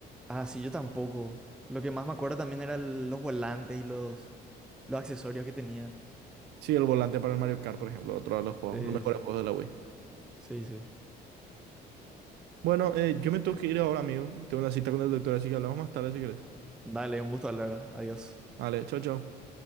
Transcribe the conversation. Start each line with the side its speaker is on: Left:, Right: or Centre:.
Centre: Ah, sí, yo tampoco. Lo que más me acuerdo también eran los volantes y los, los accesorios que tenía.
Right: Sí, el volante para el Mario Kart, por ejemplo, otro de los juegos,
Centre: Sí,
Right: los Mm. mejores
Centre: sí.
Right: juegos de la Wii.
Centre: Sí, sí.
Right: Bueno, eh, yo me tengo que ir ahora, amigo. Tengo una cita con el doctor, así que hablamos más tarde si querés.
Centre: Dale, un gusto hablar. Adiós.
Right: Vale, chao, chao.